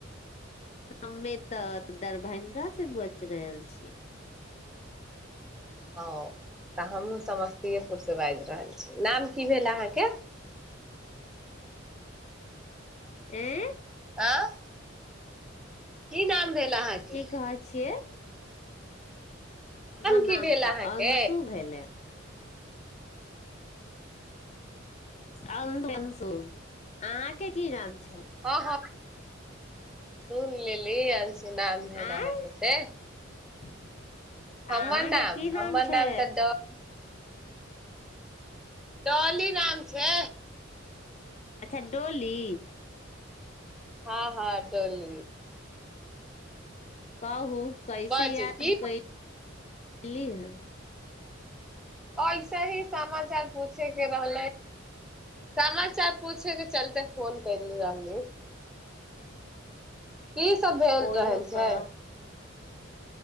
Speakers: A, on the left (about 35°); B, in the centre.
A: हमे तऽ दरभंगासँ बचि रहल छीियै
B: ह तऽ हमहूँ समस्तीएपुरसँ बाजि रहल छी नाम की भेल अहाँके
A: आँ
B: आँ की नाम भेल अहाँके
A: की कहै छियै हमर
B: की
A: नाम
B: भेल
A: तऽ
B: अहाँके
A: अंशु भेलनि आहा के कि नाम छै
B: हँ हँ सु <unintelligible> नाम भेल
A: आँय
B: अहाँके से
A: <unintelligible>
B: हमर
A: अहाँके
B: नाम
A: की
B: हमर
A: छै
B: नाम तऽ डॉलि नाम छै
A: अच्छा डोली
B: हँ हँ डोल
A: कहाहू कैसे
B: बाजू
A: याद
B: की
A: कै बी है
B: ऐसे ही समाचार पूछे भल ह सम चार पूछेके चलतै फोन कल रहलालने की सब भेल
A: बोलू
B: रहल छै
A: तऽ